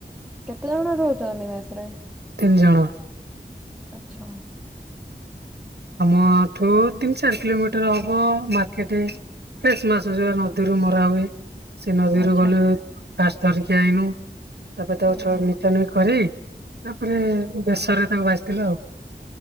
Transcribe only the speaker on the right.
ତିନି ଜଣ।
ଆମଠୁ ତିନି ଚାରି କିଲୋମିଟର ହବ ମାର୍କେଟ ଫ୍ରେଶ ମାଛ ଯୋଉ ନଦୀରୁ ମ ଧରା ହୁଏ ସେ ନଦୀରୁ
ଗଲୁ ଫାଷ୍ଟ ଧରିକି ଆଇଲୁ। ତାପରେ ତାକୁ
ଛଡ ନିକା ନୁକି କରି ତାପରେ ବେଶରରେ ତାକୁ ଭାଜିଥିଲୁ ଆଉ।